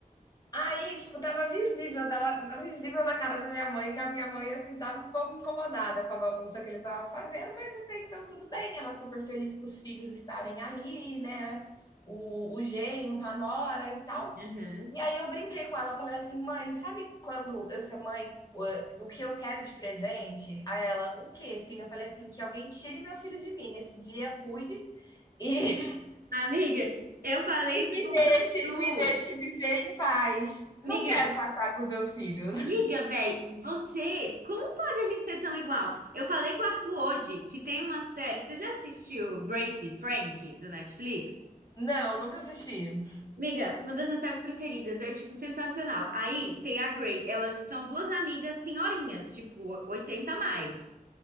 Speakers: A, on the left (about 25°); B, on the right (about 80°).
A: Aí, tipo, tava visível, tava visível na cara da minha mãe, que a minha mãe, assim, tava um pouco incomodada com a bagunça que ele tava fazendo, mas até então tudo bem, ela super feliz com os filhos estarem ali, né? O, o genro, a nora e tal.
B: Uhum.
A: E aí eu brinquei com ela, falei assim, mãe, sabe quando eu ser mãe, o, o que eu quero de presente? Aí ela, o quê, filha? Eu falei assim, que alguém tire meu filho de mim, nesse dia cuide e
B: Amiga, eu falei
A: e
B: isso
A: me
B: com
A: deixe,
B: tu. tu.
A: me deixe viver em paz. Não
B: Amiga,
A: quero passar com os meus filhos.
B: amiga, velho, você, como pode a gente ser tão igual? Eu falei com o Arthur hoje que tem uma série. Você já assistiu Gracie Frank do Netflix?
A: Não, nunca assisti.
B: Amiga, uma das minhas séries preferidas, é tipo sensacional. Aí tem a Grace, elas são duas amigas senhorinhas, tipo 80 a mais.